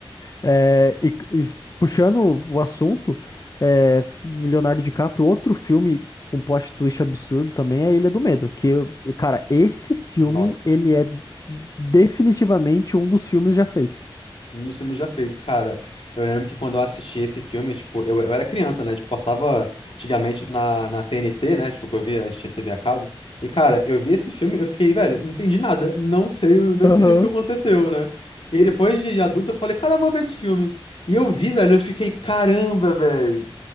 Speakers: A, on the left (about 40°); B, on the left (about 85°).
A: É, e, e puxando o assunto, é, Leonardo DiCaprio, outro filme com plot twist absurdo também é Ilha do Medo, que, eu- e, cara, esse filme,
B: Nossa.
A: ele é definitivamente um dos filmes já feitos.
B: Um dos filmes já feitos, cara. Eu lembro que quando eu assisti esse filme, tipo, eu, eu era criança, né? Tipo, passava antigamente na, na TNT, né? Tipo, que eu via, a gente tinha TV a cabo. E, cara, eu vi esse filme, eu fiquei, velho, não entendi nada. Não sei, eu não
A: Aham.
B: entendi o que aconteceu, né? E aí, depois de adulto, eu falei, cara, eu vou ver esse filme. E eu vi, velho, eu fiquei, caramba, velho.